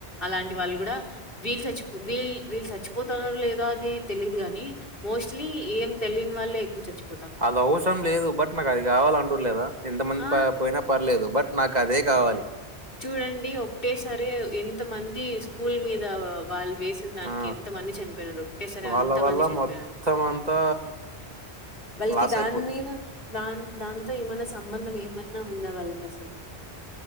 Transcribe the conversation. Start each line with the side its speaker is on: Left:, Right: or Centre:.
Left: అలాంటి వాళ్ళు గుడా వీళ్ళు చచ్ పో వీల్ వీల్ సచ్ ప్ పోతన్నారు లేదో అది తెలీదు గాని మొస్టు ట్లి ఏం తెల్ యన్ వాళ్ళే ఎక్కు చచ్చి పో
Right: ఆల్ అవ్ స్రమ్ లేదు బట్ నాకు అది కావాల అంటుర్ లేదా ఎంతమంది
Left: ఆ!
Right: పై పోయినా పర్ లేదు బట్ నాక్ అదే గావాలి
Left: చూడండి ఒకేసరి ఎంత మంది స్కూల్ మీద వాళ్ వేసిన్ దాన్
Right: ఆ!
Left: కి ఎంత మంది చన్ పేయినరో ఒకే సార్
Right: వాళ్ళ
Left: అంత
Right: వల్ల
Left: మంది చన్
Right: మొత్తం
Left: పేయినర్
Right: అంతా
Left: వాల్
Right: లాస్
Left: కి దాన్
Right: అయిపోతుంది.
Left: మీద దాన్ దాంతో ఏమనా సంబంధం ఏమైనా ఉందా వాల్ కి అసలు